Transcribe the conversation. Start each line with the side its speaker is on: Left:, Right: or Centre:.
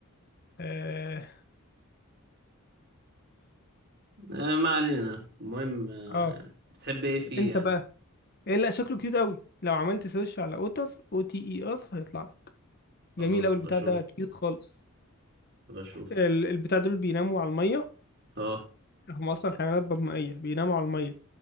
Left: اه
Right: آه، ما علينا المهم آه،
Left: اه
Right: بتحب ايه فيه
Left: انت
Right: يعني
Left: بقى ايه لا شكله كيوت قوي لو عملت سيرش على اوتر او تي اي ار هيطلع لك
Right: خلاص
Left: جميل أوي البتاع
Right: بشوف
Left: ده كيوت خالص
Right: بشوف
Left: ال- البتاع دول بيناموا على المية
Right: اه
Left: هم أصلا حيوانات بطنية بيناموا على المية